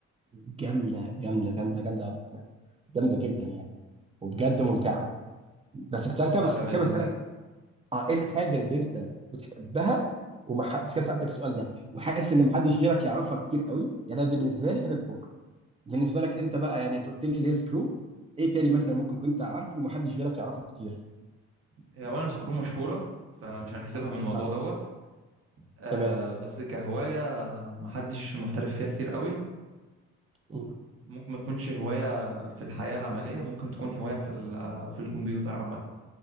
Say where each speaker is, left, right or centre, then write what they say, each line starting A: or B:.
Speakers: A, on the right; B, on the right.
A: جامده جامده جامده جامده يا عبد الرحمن جامده جدا يعني وبجد ممتعه بس كنت
B: هبص
A: عايز كده بس
B: عليها باذن
A: كده بسالك
B: الله
A: اه ايه الحاجه اللي انت بتحبها وما حدش كده سالتك السؤال ده وحاسس ان ما حدش غيرك يعرفها كتير قوي يعني انا بالنسبه لي كانت البوكر بالنسبه لك انت بقى يعني انت قلت لي اللي هي سكرو ايه تاني مثلا ممكن كنت عارفه ومحدش غيرك يعرفه كتير
B: هي اولا سكرو مشهوره فمش هنحسبها من الموضوع
A: اه
B: دوت آه
A: تمام
B: بس كهوايه محدش محترف فيها كتير قوي
A: مم.
B: ممكن ما تكونش هوايه في الحياه العمليه ممكن تكون هوايه في ال- في الكمبيوتر عامه